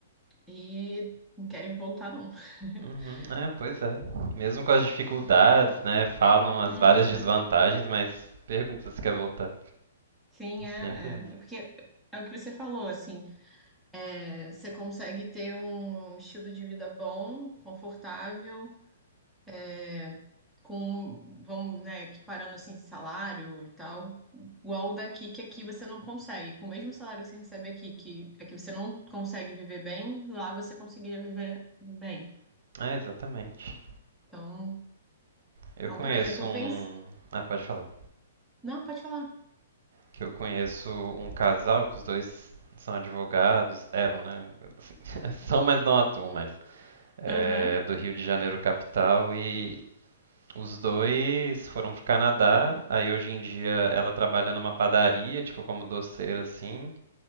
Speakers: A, in the centre; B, on the right.
A: e não querem voltar, não.
B: Uhum,
A: <laughs>
B: é, pois é. Mesmo com as dificuldades, né? Falam as
A: Uhum.
B: várias desvantagens, mas pergunta se quer voltar.
A: Sim, é,
B: Sempre isso.
A: é. É porque é o que você falou, assim, É, você consegue ter um estilo de vida bom, confortável, é, com, vamos, né, equiparando assim salário e tal, igual o daqui que aqui você não consegue. Com o mesmo salário que você recebe aqui, que aqui você não consegue viver bem, lá você conseguiria viver bem.
B: É, exatamente.
A: Então,
B: Eu
A: é
B: conheço
A: um projeto, eu
B: um.
A: penso.
B: Ah, pode falar.
A: Não, pode falar.
B: Que eu conheço um casal que os dois são advogados, eram, né? <laughs> São, mas não atuam mais. é,
A: Aham,
B: do Rio de Janeiro capital e os dois foram pro Canadá. Aí hoje em dia ela trabalha numa padaria, tipo como doceira assim.